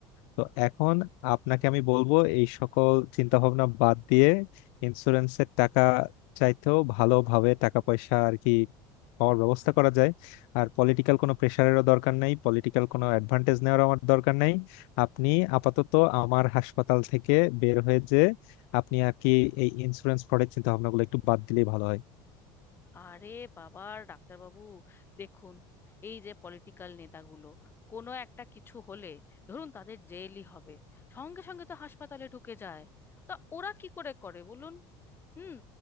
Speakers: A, on the left; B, on the left.
A: তো এখন আপনাকে আমি বলবো এই সকল চিন্তা ভাবনা বাদ দিয়ে ইন্স্যুরেন্সের টাকা চাইতেও ভালোভাবে টাকা পয়সা আর কি পাওয়ার ব্যবস্থা করা যায় আর পলিটিক্যাল কোনো প্রেশারেরও দরকার নাই পলিটিক্যাল কোনো অ্যাডভান্টেজ নেওয়ার আমার দরকার নাই আপনি আপাতত আমার হাসপাতাল থেকে বের হয়ে যে আপনি আর কি এই ইন্স্যুরেন্স ফ্রডের চিন্তা ভাবনাগুলো একটু বাদ দিলেই ভালো
B: আরে বাবা ডাক্তারবাবু দেখুন এই যে পলিটিক্যাল নেতাগুলো কোনো একটা কিছু হলে ধরুন তাদের জেলই হবে সঙ্গে সঙ্গে তো হাসপাতালে ঢুকে যায় তা ওরা কি করে করে বলুন হুম